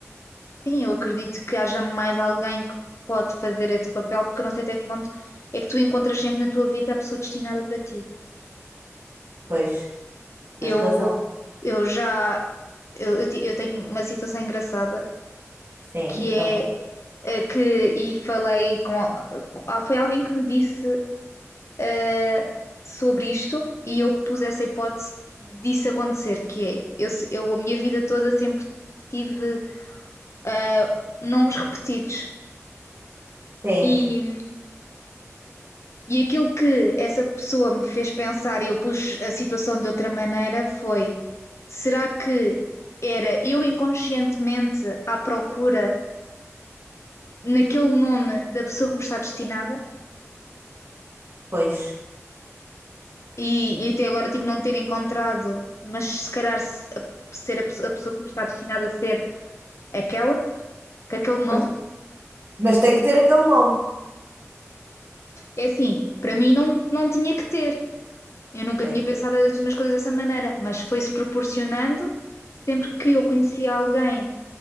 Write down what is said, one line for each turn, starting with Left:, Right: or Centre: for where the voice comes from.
Left: Sim, eu acredito que haja mais alguém que pode fazer esse papel, porque eu não sei até que ponto é que tu encontras sempre na tua vida a pessoa destinada para ti.
Right: Pois, tens
Left: Eu,
Right: razão.
Left: eu já, eu, eu ti- eu tenho uma situação engraçada
Right: Sim,
Left: que é
Right: conta.
Left: eh, que e falei com ah, foi alguém que me disse eh, sobre isto e eu pus essa hipótese disso acontecer, que é eu, se- eu a minha vida toda sempre tive eh, nomes repetidos.
Right: Sim,
Left: E, e aquilo que essa pessoa me fez pensar e eu pus a situação de outra maneira foi: será que era eu inconscientemente à procura naquele nome da pessoa que me está destinada?
Right: pois.
Left: E, e até agora, tipo, não ter encontrado, mas se calhar se- a- ser a, pe- a pessoa que me está destinada a ser aquela, com aquele nome,
Right: Mas, mas tem que ter aquele nome.
Left: é assim, para mim não, não tinha que ter. Eu nunca
Right: Pois,
Left: tinha pensado nas coisas dessa maneira, mas foi-se proporcionando sempre que eu conhecia alguém